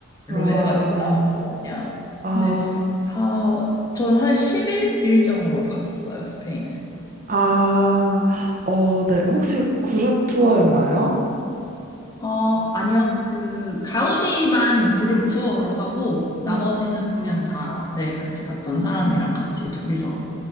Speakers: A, on the right (about 35°); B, on the left (about 15°).
A: 아,
B: 해가지고 나왔었거든요.
A: 아.
B: 근데 다 전 한 10일 일정으로 갔었어요, 스페인은.
A: 아, 어, 네. 혹시 그룹 투어였나요?
B: 어, 아니요. 그, 가우디만 그룹 투어로 하고, 나머지는
A: 어,
B: 그냥
A: 어.
B: 다, 네, 같이 갔던 사람이랑 같이 둘이서